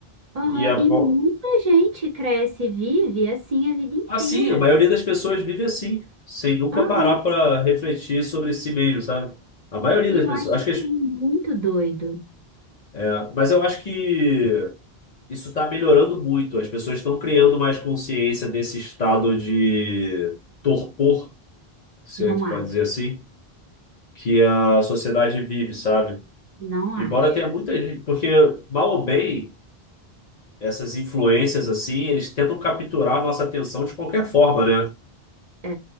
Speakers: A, on the right; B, on the left.
A: aham.
B: E é
A: E
B: bom.
A: muita gente cresce e vive assim a vida inteira.
B: Assim, a maioria das pessoas vive assim, sem nunca
A: Aham.
B: parar para refletir sobre si mesmo, sabe? A maioria
A: E
B: das
A: eu
B: pessoas.
A: acho
B: Acho
A: isso
B: que as-
A: muito doido.
B: é, mas eu acho que isso está melhorando muito. As pessoas estão criando mais consciência desse estado de torpor se
A: Não
B: é que pode
A: acho,
B: dizer assim, que a sociedade vive, sabe?
A: não acho.
B: Embora tenha muita gente, porque mal ou bem, essas influências assim, eles tentam capturar a nossa atenção de qualquer forma, né?
A: É,